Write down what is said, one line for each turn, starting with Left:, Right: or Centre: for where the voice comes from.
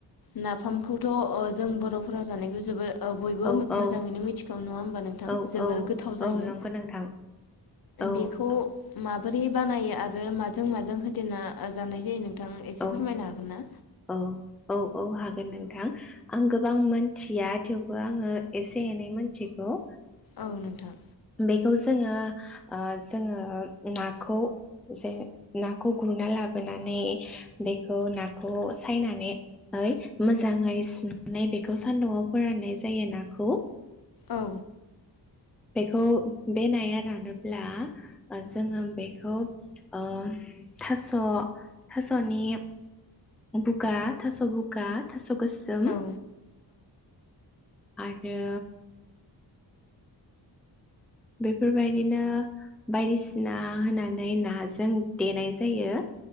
Left: नाफामखौथ' अ जों बर'फोरा जानायखौ जोबोद ओ बयबो
Centre: औ
Left: मोजाङैनो
Centre: औ
Left: मिथिगौ नङा होमबा नोंथां
Centre: औ
Left: जोबोर
Centre: औ
Left: गोथाव जायो।
Centre: औ नंगौ नोंथां औ
Left: बेखौ माबोरै बानायो आरो माजों माजों होदेरना जानाय जायो नों थां एसे
Centre: औ
Left: फोरमायनो हागोन ना?
Centre: औ औ औ हागोन नोंथां। आं गोबां मोन्थिया थेवबो आङो एसे एनै मोन्थिगौ।
Left: औ नोंथां।
Centre: बेखौ जोङो ओ जोङो नाखौ जेन नाखौ गुरना लाबोनानै बेखौ नाखौ सायनानै मोजाङै सुनानै बेखौ सान्दुंआव फोराननाय जायो नाखौ।
Left: औ।
Centre: बेखौ बे नाया रानोब्ला ओ जोङो बेखौ ओ थास' थास'नि बुगा थास' बुगा थास' गोसोम
Left: औ
Centre: आरो बेफोरबायदिनो बायदिसिना होनानै नाजों देनाय जायो।